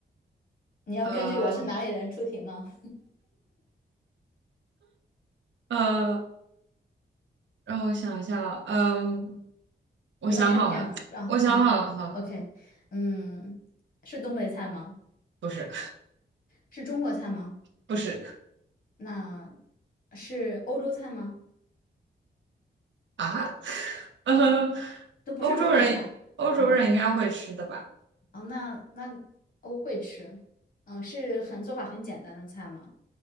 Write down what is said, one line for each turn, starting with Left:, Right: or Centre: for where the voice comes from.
Left: 你要根据我是哪里人出题吗？
Right: 呃呃，让我想一下，嗯，我想好了，
Left: 不要太偏门儿啊啊！OK，
Right: 我想好了，好了，
Left: 嗯，是东北菜吗？
Right: 不是
Left: 是中国菜吗？
Right: 不是
Left: 那是欧洲菜吗？
Right: 啊，<laughs> 呃，
Left: 都不是中国菜。
Right: 欧洲人欧洲人应该会吃的吧？
Left: 嗯，哦，那那我会吃。嗯，是很做法很简单的菜吗？